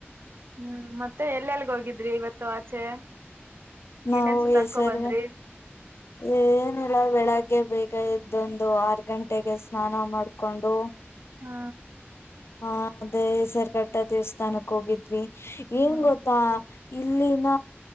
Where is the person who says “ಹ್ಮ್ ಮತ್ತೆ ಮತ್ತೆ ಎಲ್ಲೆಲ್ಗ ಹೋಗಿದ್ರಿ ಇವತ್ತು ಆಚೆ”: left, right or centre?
Right